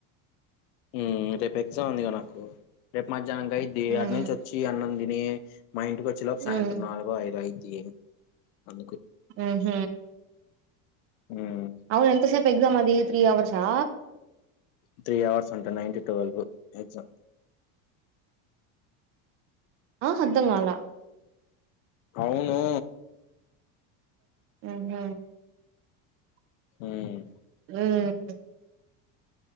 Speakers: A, on the left; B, on the right.
A: మ్ రేపు ఎగ్జామ్ ఉంది కద నాకు రేపు మధ్యాహ్నంగి అయిద్ది
B: మ్మ్
A: అటు నుంచి వచ్చి అన్నం తిని నే మా ఇంటికి వచ్చేలోపు సాయంత్రం
B: మ్మ్
A: నాలుగో, ఐదు అయిద్ది అందుకు
B: ఆహ
A: హ్మ్.
B: అవును ఎంతసేపు ఎగజామ్ అది త్రీ అవర్సా?
A: త్రీ అవర్స్ అంటా నైన్ టు ట్వెల్వ్ కు ఎగ్జామ్
B: ఆ అర్థం కాల
A: అవును
B: ఆహ
A: ఉమ్
B: ఉమ్